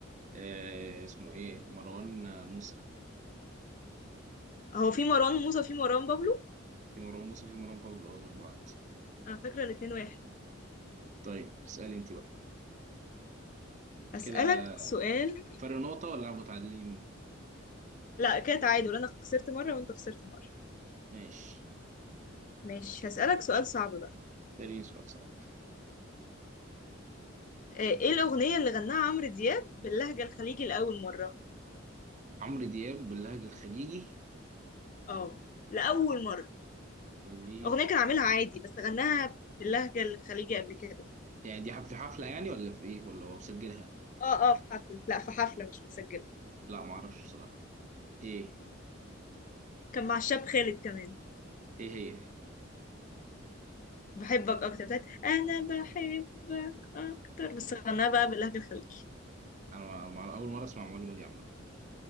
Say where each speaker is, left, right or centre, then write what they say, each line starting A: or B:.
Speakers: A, on the right; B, on the left.
A: آه اسمه ايه مروان موسى
B: هو في مروان موسى وفي مروان بابلو
A: في مروان موسى في مروان بابلو آه، غير بعض
B: انا فاكره الاتنين واحد
A: طيب اسألي انت بقى
B: هسألك
A: كده
B: سؤال
A: فرق نقطة ولا متعادلين
B: لا كده تعادل انا خسرت مره وانت خسرت مره
A: ماشي
B: ماشي هسألك سؤال صعب بقى
A: اسأليني سؤال صعب
B: آه، ايه الاغنيه اللي غناها عمرو دياب باللهجه الخليجي لاول مره
A: عمرو دياب باللهجة الخليجي
B: اه لاول مره
A: دي
B: اغنيه كان عاملها عادي بس غناها باللهجه الخليجي قبل كده
A: يعني دي حف- في حفلة يعني ولا في ايه ولا هو مسجلها
B: اه اه في حفله لا في حفله مش متسجله
A: لا معرفش بصراحة ايه
B: كان مع الشاب خالد كمان
A: ايه هي
B: بحبك اكتر بتاعت انا بحبك اكتر بس غناها بقى باللهجة الخليجي
A: انا مع- اول مره اسمع المعلومه دي عامه